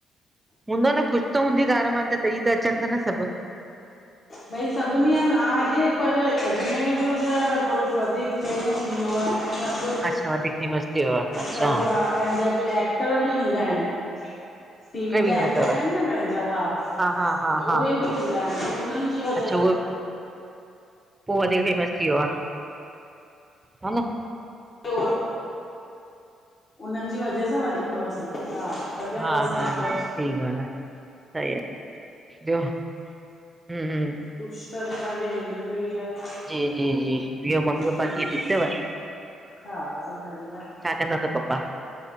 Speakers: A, on the right; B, on the left.
A: हूंदो न कुछ त हूंदी गाल्हि मानि, तॾहिं त अचनि ता न सभु।
B: भई सभिनी हंधि आहे पर अजमेर जो छा थोड़ो वधीकु फेमस थी वियो आहे ऐं
A: अच्छा वधीक फेमस थी वियो आ अच्छा
B: सभु हा ऐं जब एक्टर बि ईंदा आहिनि। टीवी
A: बि
B: जा
A: ईंदा
B: एक्टर
A: तव
B: आहिनि न पंहिंजा हा।
A: हा हा
B: त
A: हा
B: उहे बि ईंदा आहिनि त उन्हनि जी वजह
A: अच्छा
B: सां
A: उहो! पोइ वधीकु फेमस थी वियो आ, हनि?
B: थियो आहे उन्हनि जी वजह सां वधीकु फेमस थियो हा। तॾहिं
A: हा-
B: बसि
A: हा-
B: मतिलबु
A: हा सही गाल्हि आ, सही आ। ॿियो हूं हूं
B: पुष्कर त पाहिंजे हिंदुनि जो ई आहे।
A: जी- जी- जी ॿियो मम्मी- पपा
B: हम्म
A: किअं, ठीकु तवि?
B: हा सभु बढ़िया
A: छा कन्दा तवि पपा?